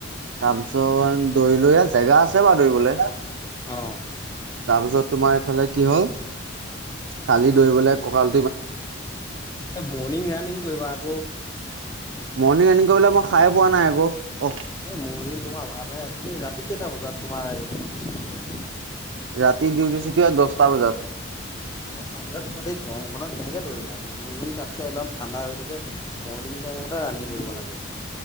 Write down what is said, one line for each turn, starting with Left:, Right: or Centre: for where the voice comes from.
Right: তাৰপিছত দৌৰিলোহে জেগা আছে বাাৰু দৌৰিবলে।
Left: অ',
Right: তাৰপিছত তোমাৰ এইফালে কি হ'ল। কালি দৌৰিবলে কঁকাল
Left: এই মৰ্ণিং ৰাণিং কৰিবা আকৌ।
Right: মৰ্ণিং ৰানিং কৰিবলে মই শাৰে এ পোৱা নাই আকৌ।
Left: এ
Right: অ
Left: মৰ্ণিং তোমাৰ ভাল হে, তুমি ৰাতি কেইটা বজাত তোমাৰ কি ছুটি হয়।
Right: ৰাতি ডিউটি ছুটি হয় দহটা বজাত।
Left: দহটা বজাৰ পিছত এই গৰমখনত কেনেকে দৌৰিবা, মৰ্ণিং তাতকে একদম ঠাণ্ডা হৈ থাকে মৰ্ণিং টামতে ৰাণিং কৰিব লাগে।